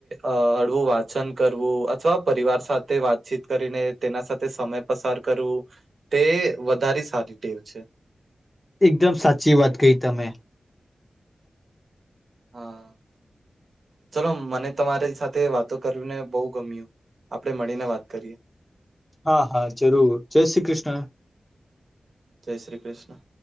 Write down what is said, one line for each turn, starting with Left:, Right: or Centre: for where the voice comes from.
Right: અ હળવું વાછન કરવું અથવા પરિવાર સાથે. વાતચીત કરીને તેના સાથે સમય પસાર કરુ. તે વધારી સારી ટેવ છે.
Left: એકદમ સાચી વાત કઇ તમે
Right: હાં. ચલો મને તમારી સાથે વાતો કરીને બઉ ગમ્યું આપળે મળીને વાત કરીએ.
Left: હા હા જરૂર જય શ્રી કિષ્ના.
Right: જય શ્રી ક્રિષ્ના.